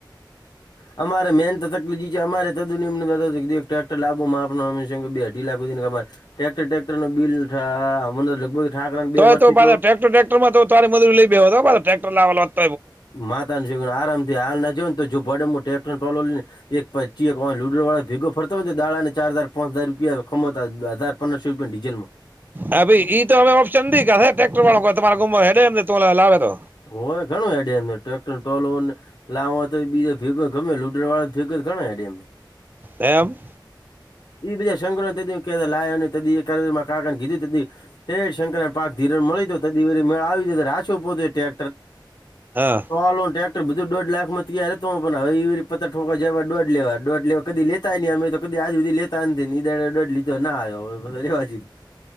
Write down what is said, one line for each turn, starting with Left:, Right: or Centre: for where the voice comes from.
Left: અમારે મેન તો તકલીફ છે અમારે તુ નેમને ટક્ટર લબોમાં આપમે બેઢલા સુધીનેમારે. ટટેક્ટર ટટેક્ટર ન બિલ થા અમને લગભગ. ઠાકરાને બે
Right: તોય
Left: વર્ષથી
Right: તો <unintelligible> ટેક્ટર ટેક્ટરમાં તો તરી મજૂરી લઈ બે હતો્ ટેક્ટર લાવ. <unintelligible>
Left: માતા ન જો આરામથી હાલ ના જો ને તો જો ભડે ટ્રેક્ટરોલોને. એક પચી એક લુડો વાળો ભેગો ફરતો હોયને તો દાડા ને ચાર હજાર પાંચ હજાર રૂપિયા ખમાતા હજાર. પંદરસો રૂપિયા ડીઝલમાં
Right: હા ભાઈ ઈ તો હવે ઓપ્શનીખા ટ્રેક્ટર વાળો તમારા ગમે એમને તો લાવે તો
Left: હોય ઘણું ડેમ ટક્ટર ટોલો. લાવા તો બીજા ભેગ ગમે લુડર વાળા ભેગ ઘણા છે ડેમને.
Right: એમ.
Left: એ બીજા શંકરરો તે દી કેને ત <unintelligible> ક લાય વ ન ત એમાં કાકાને કીધું ત. હે શંકરા પાક ધિરણ મળી તો ત દિ વ મેળ આવી જ રાછો પોતે ટ્રેક્ટર.
Right: હા.
Left: ટોલો ન ટ્રેક્ટર બધું દોઢ લાખમાં તૈયાર હતો પણ પતા ઠંકા જવા દોઢ લેવા દોઢ લેવા. કદી લેતાય નને અમે તો કદી આજ સુધી લેતા નથી ને ઈડ લીધો ના આવ્યો હવે બધ રવા જીધું.